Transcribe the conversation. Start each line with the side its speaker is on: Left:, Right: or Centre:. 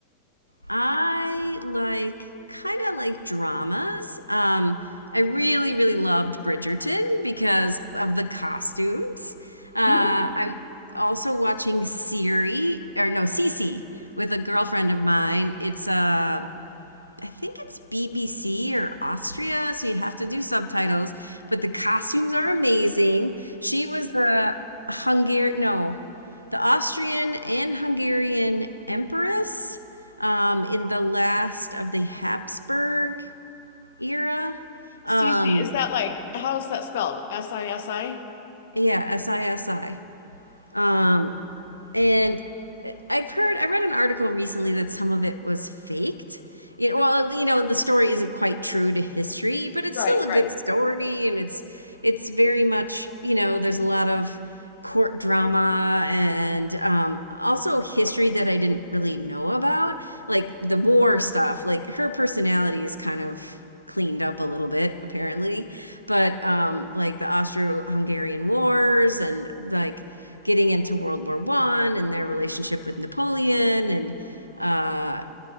Right: I like kind of like dramas. Um, I really, really loved Bridgerton because of the costumes. Uh,
Left: Mhm.
Right: I'm also watching Siri, or no, Cece with a girlfriend of mine. It's a I think it's BBC or Austria, so you have to do subtitles. But the costumes are amazing. She was the Hungarian, no, the Austrian and Hungarian empress um, in the last of the Habsburg era. Um,
Left: Sisi, is that like how's that spelled? S-I-S-I?
Right: yeah, SISI. Um, and I've heard, I read an article recently that some of it was faked. you know, well, you know, the story isn't quite true to history, but it's
Left: Right,
Right: still a
Left: right.
Right: good story, and it's it's very much, you know, there's a lot of court drama and um, also history that I didn't really know about, like the war stuff. Like her personality is kind of cleaned up a little bit, apparently, but um, like the Austro-Hungarian wars and like getting into World War One and their relationship with Napoleon and uh,